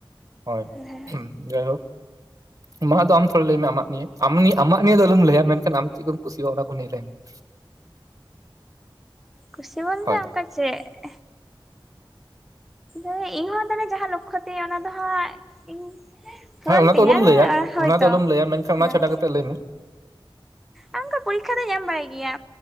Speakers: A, on the right (about 35°); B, in the centre.
A: ᱦᱳᱭ
B: ᱦᱮᱸ
A: ᱡᱟᱭᱦᱳᱠ ᱢᱟ ᱫᱚ ᱟᱢ ᱛᱷᱚᱲᱟ ᱞᱟᱹᱭ ᱢᱮ ᱟᱢᱟᱜ ᱱᱤᱭᱮ ᱟᱢᱟᱜ ᱱᱤᱭᱮ ᱟᱢᱟᱜ ᱱᱤᱭᱮ ᱫᱚ ᱟᱞᱚᱢ ᱞᱟᱹᱭᱟ ᱢᱮᱱ ᱠᱷᱟᱱ ᱟᱢ ᱪᱮᱫ ᱠᱚᱢ ᱠᱩᱥᱤᱭᱟᱜᱼᱟ ᱚᱱᱟ ᱠᱚ ᱱᱤᱭᱮ ᱞᱮᱭ ᱢᱮ <inaudible>
B: ᱠᱩᱥᱤ ᱵᱚᱞ
A: ᱦᱳᱭ
B: ᱛᱮ ᱚᱱᱠᱟ ᱪᱮᱫ? ᱟ ᱤᱧᱦᱳ ᱛᱟᱦᱚᱞᱮ ᱡᱟᱦᱟᱸ ᱞᱚᱠᱠᱷᱚ ᱛᱤᱧ ᱚᱱᱟ ᱫᱚ ᱦᱟᱸᱜ ᱤᱧ ᱯᱷᱳᱱ
A: ᱦᱮᱸ ᱚᱱᱟ
B: ᱛᱤᱧᱟᱹ
A: ᱫᱚ ᱟᱞᱚᱢ ᱞᱟᱹᱭᱟ
B: ᱦᱳᱭᱛᱚ
A: ᱚᱱᱟ ᱫᱚ ᱟᱞᱚᱢ ᱞᱟᱹᱭᱟ ᱢᱮᱱᱠᱷᱟᱱ ᱚᱱᱟ
B: ᱦᱮᱸ
A: ᱪᱷᱟᱰᱟ ᱠᱟᱛᱮ ᱞᱟᱹᱭ ᱢᱮ
B: ᱟᱨ ᱚᱱᱠᱟ ᱯᱚᱨᱤᱠᱠᱷᱟ ᱫᱚᱧ ᱮᱢ ᱵᱟᱲᱟᱭ ᱜᱮᱭᱟ